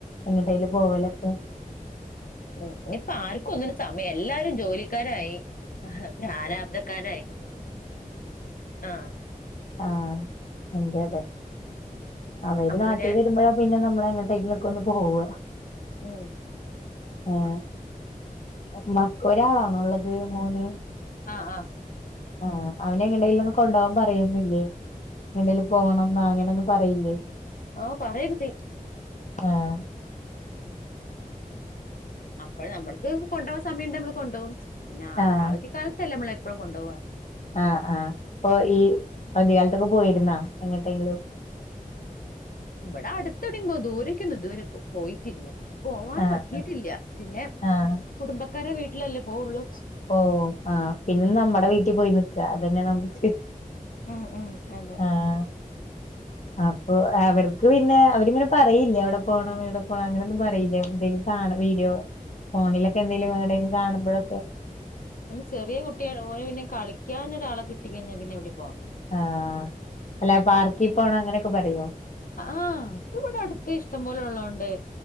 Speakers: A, on the left; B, on the left.
A: എങ്ങാട്ടേലും പോവലൊക്കെ.
B: ഉ ഇനിപ്പം ആർക്കും ഒന്നിനും സമയംല്ല എല്ലാരും ജോലിക്കാരായി. ആഹ് അ പ്രാരാപ്തക്കാരായി ആഹ.
A: ആഹ എന്റെ അതെ അവര്
B: അപ്പൊ
A: നാട്ടിൽ
B: പിന്നെ
A: വരുമ്പോഴാ പിന്നെ നമ്മൾ. എങ്ങട്ടേങ്കിലൊക്കൊന്ന് പോവ.
B: ഉം.
A: ആഹ മ ഒരാളാണോള്ളത് മോന്.
B: ആഹ ആഹ.
A: ആഹ അവനെ എങ്ങടെലൊന്ന് കൊണ്ടോവാൻ പറയുന്നില്ലേ. എങ്ങടെലും പോണം ന്നാ അങ്ങനെയൊന്നും പറയില്ലേ.
B: ഓ പറയൊക്കെച്ചെയും.
A: ആഹ.
B: അപ്പോള് നമ്മൾക്ക് കൊണ്ടുവാൻ സമയം ഇണ്ടേൽ നമ്മൾ കൊണ്ടോവും പിന്നെ അ
A: ആഹ്
B: അവധി കാലത്തല്ലേ. നമ്മള് പ്പഴും കൊണ്ടോവാ.
A: ആഹ് ആഹ് ഇപ്പൊ ഈ അവദ്യ കാലത്തൊക്കെ പോയിരുന്നാ എങ്ങട്ടേലും.
B: ഇവിടെ അടതെവിടേം ദൂരക്കൊന്നും ഇതവരെ പോയിട്ടില്ല. പോവാൻ
A: ആഹ്
B: പറ്റിട്ടില്ല പിന്നെ
A: ആഹ്
B: കുടുംബക്കാരെ വീട്ടിലല്ലേ പോവുള്ളു.
A: ഓ ആഹ് പിന്നെ നമ്മുടെ വീട്ടിൽ പോയി നിക്ക അതന്നെ നമുക്ക്.
B: ഉം ഉം അതെ.
A: ആഹ് അപ്പൊ അവർക്ക് പിന്നെ അവരിങ്ങനെ പറയില്ല അവിടെ പോണം ഇവിടെ പോണം അങ്ങനെയ ഒന്നും പറയിലെ ന്തേലും കാണണം. വീഡിയോ ഫോണിലൊക്കെ എന്തേലും എടെങ്കിലും കാണ്പഴൊക്കെ.
B: പിന്നെ ചെറിയ കുട്ടിയാ ഓൻ പിന്നെ കളിക്കാനൊരാളെ കിട്ടിക്കഴിഞ്ഞാ പിന്നെ എവിടെ.
A: ആ അല്ല പാർക്കി പോണം അങ്ങനെയൊക്കെ പറയോ.
B: ആ അത് ഇവിടെ അടുത്ത ഇഷ്ടം പോലെ ഉള്ളതോണ്ട്